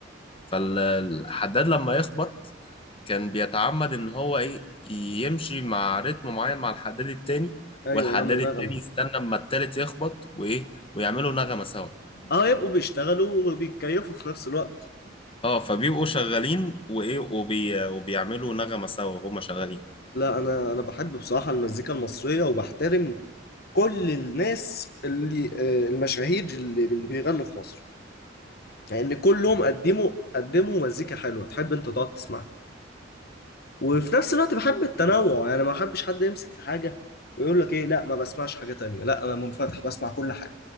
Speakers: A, on the left; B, on the left.
A: فالحداد لما يخبط كان بيتعمد ان هو ايه يمشي مع رتم معين مع الحداد التاني
B: ايوه
A: والحداد
B: يعمل نغمه
A: التاني يستنى اما التالت يخبط وايه ويعملوا نغمة سوا
B: اه يبقوا بيشتغلوا وبيتكيفوا في نفس الوقت
A: اه فبيبقوا شغالين وايه وبي... وبيعملوا نغمة سوا وهما شغالين
B: لا انا انا بحب بصراحه المزيكا المصريه وبحترم كل الناس اللي آه، المشاهير اللي, اللي بيغنوا في مصر لان يعني كلهم قدموا قدموا مزيكا حلوه تحب انت تقعد تسمعها وفي نفس الوقت بحب التنوع يعني ما بحبش حد يمسك في حاجة ويقول لك ايه لا ما بسمعش حاجة تانية لا انا منفتح بسمع كل حاجة